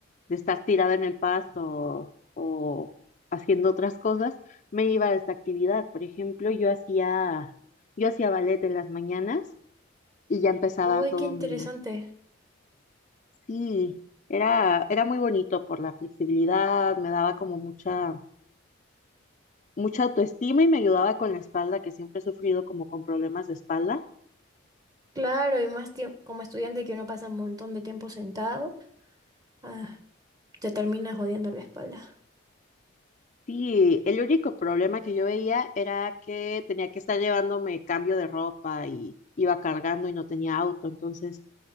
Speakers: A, on the left; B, on the right.
A: de estar tirada en el pasto o, o haciendo otras cosas, me iba a esta actividad. Por ejemplo, yo hacía, yo hacía ballet en las mañanas y ya empezaba
B: Uy,
A: todo
B: qué interesante.
A: mi Sí, era, era muy bonito por la flexibilidad, me daba como mucha, mucha autoestima y me ayudaba con la espalda, que siempre he sufrido como con problemas de espalda.
B: Claro, y más tiempo, como estudiante que uno pasa un montón de tiempo sentado, ah, te termina jodiendo la espalda.
A: Sí, el único problema que yo veía era que tenía que estar llevándome cambio de ropa y iba cargando y no tenía auto, entonces